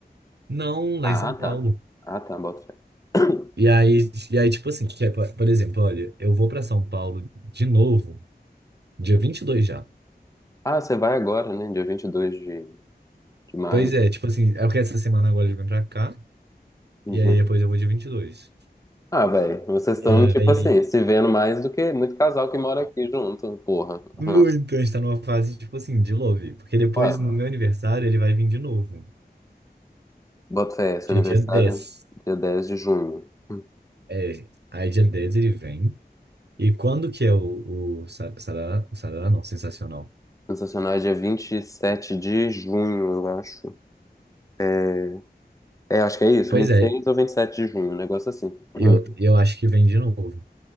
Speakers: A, on the right; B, on the left.
A: Não, lá
B: Ah,
A: em São Paulo.
B: tá. Ah, tá, bota fé.
A: E aí, e aí tipo assim, que é, por por exemplo, olha, eu vou pra São Paulo de novo. Dia 22 já.
B: Ah, você vai agora, né? Dia 22 de, de maio.
A: Pois é, tipo assim, é porque essa semana agora ele vem pra cá,
B: Uhum.
A: e aí depois eu vou dia vinte E dois
B: Ah, velho, vocês
A: e
B: estão, tipo
A: aí,
B: assim, se vendo mais do que muito casal que mora aqui junto, porra.
A: muito,
B: Uhum.
A: a gente tá numa fase, tipo assim, de love. Porque depois,
B: Olha,
A: no meu aniversário, ele vai vir de novo,
B: bota fé, seu
A: que
B: aniversário
A: é dia dez
B: é dia 10 de junho. Hum.
A: É, aí dia 10 ele vem. E quando que é o, o sa- sarará? O sarará não, sensacional.
B: Sensacional, é dia 27 de junho, eu acho. É, é, acho que é isso,
A: Pois
B: Vinte
A: é,
B: e seis ou 27 de junho, um negócio assim. <clears throat>
A: eu,
B: Hum.
A: eu acho que vem de novo.